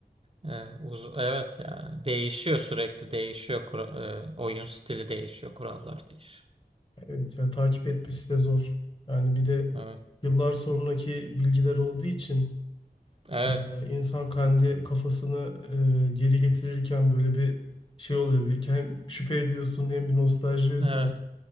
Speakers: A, on the right; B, on the left.
A: Ee, uz- evet ya değişiyor sürekli değişiyor Kura- e, oyun stili değişiyor kurallar değişiyor.
B: Evet ya takip etmesi de zor. Yani bir de
A: Evet
B: yıllar sonraki bilgiler olduğu için
A: evet
B: Ee, insan kendi kafasını e, geri getirirken böyle bir şey oluyor. Bir, hem şüphe ediyorsun hem bir nostalji yaşıyorsun.
A: evet.